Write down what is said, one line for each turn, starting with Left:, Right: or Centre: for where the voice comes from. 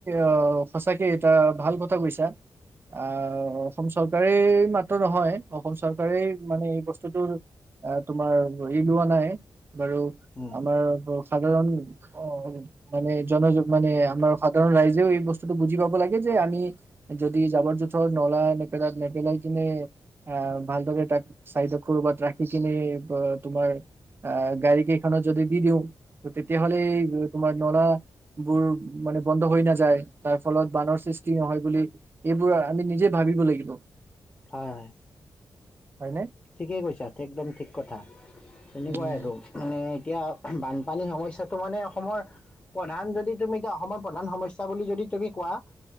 Right: আহ সঁচাকে, এটা ভাল কথা কৈছা। আহ অসম চৰকাৰেই মাত্ৰ নহয়, অসম চৰকাৰেই মানে এই বস্তুটো তোমাৰ ধৰি লোৱা নাই। বাৰু,
Left: উম,
Right: আমাৰ সাধাৰণ অ মানে। জন-যোগ। মানে আমাৰ সাধাৰণ ৰাইজেও এই বস্তুটো বুজি পাব লাগে যে, আমি যদি জাবৰ-জোথৰ নলা নেপেলাত নেপেলাই কিনে- আহ ভালদৰে তাক চাইড কৰবাত ৰাখি কিনে, অঁ তোমাৰ আহ গাড়ী কেইখনত যদি দি দিওঁ, তেতিয়াহলে এই তোমাৰ নলা। বোৰ মানে বন্ধ হৈ নাযায়, তাৰ ফলত বানৰ সৃষ্টি নহয় বুলি এইবোৰ আমি নিজে ভাবিব লাগিব।
Left: হয় হয়।
Right: হয়নে?
Left: ঠিকেই কৈছা, একদম ঠিক কথা। <unintelligible> তেনেকুৱাই
Right: উম।
Left: আৰু <inaudible> মানে। এতিয়া বানপানীৰ সমস্যাটো মানে অসমৰ প্ৰধান যদি, তুমি এতিয়া অসমৰ প্ৰধান সমস্যা বুলি যদি তুমি কোৱা।